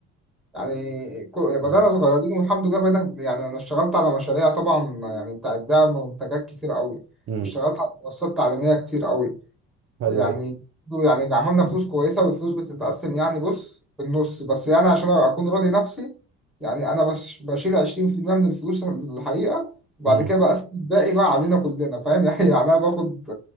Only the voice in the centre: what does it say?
يعني كو- يعني بدأنا
صغيرين والحمد لله بقينا يعني أنا اشتغلت على مشاريع طبعا يعني بتاعت دعم منتجات كتير قوي
واشتغلت على منصات تعليمية كتير قوي
يعني
يعني عملنا فلوس كويسة والفلوس بتتقسم يعني بص بالنص بس يعني عشان أكون راضي نفسي يعني أنا بش بشيل 20% من الفلوس الحقيقة وبعد
كده بقسم الباقي بقى علينا كلنا فاهم <laughs> يعني يعني أنا باخد